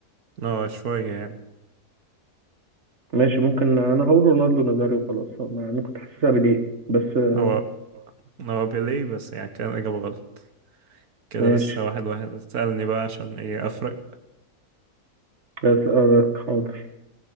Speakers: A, on the right (about 65°); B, on the right (about 45°).
A: اه شوية يعني
B: ماشي ممكن أنا هقول رونالدو نازاريو وخلاص أنا كنت حاسسها بليه بس آه،
A: هو هو بيليه بس يعني كان الإجابة غلط كده
B: ماشي
A: لسه واحد واحد تسألني بقى عشان ايه أفرق
B: أسألك حاضر